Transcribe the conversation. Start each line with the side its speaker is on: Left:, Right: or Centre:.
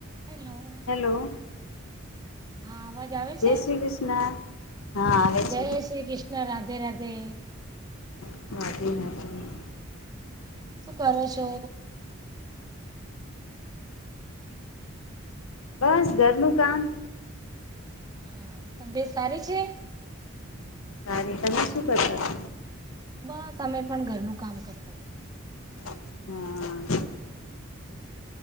Right: Hello.
Left: Hello.
Right: હા અવાજ આવે
Left: જય
Right: છે?
Left: શ્રી કૃષ્ણ હા.
Right: જય
Left: છે.
Right: શ્રી કૃષ્ણ રાધે રાધે.
Left: <unintelligible>
Right: શું કરો છો?
Left: બસ ઘરનું કામ.
Right: હા તબિયત સારી છે.
Left: <unintelligible> અને તમે શું કરતા
Right: બસ અમે પણ ઘરનું કામ કરતા હોય.
Left: હા આ